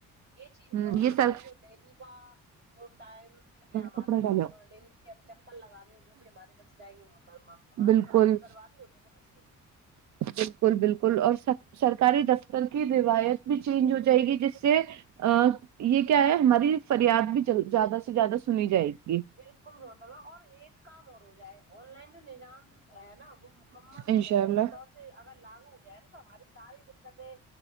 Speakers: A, on the right; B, on the right.
A: یہ چیز نہیں
B: ہوں
A: اور
B: یہ
A: ہمارے
B: سر
A: جو ڈیلی ا جو ٹائم ہے ہمارے
B: کپڑا ڈالو
A: جو ڈیلی کے ہم چکر لگا رہے وہ بھی ہمارے بچ جائیں گے محترمہ ہمارا
B: بالکل
A: سمے کی بربادی ہونے سے بچے گی
B: بالکل بالکل اور سر سرکاری دفتر کی روایت بھی چینج
A: بالکل
B: ہو جائے گی جس سے ا یہ کیا ہے ہماری فریاد بھی زیادہ سے زیادہ سنی جائے گی
A: بالکل محتر مہ اور ایک کام اور ہو جائے آن لائن سے جو نظام ہے نا وہ مکمل ہو
B: انشاء
A: جائے
B: اللہ
A: طور سے اگر لاگو ہو جائے نا تو ہماری ساری دقتیں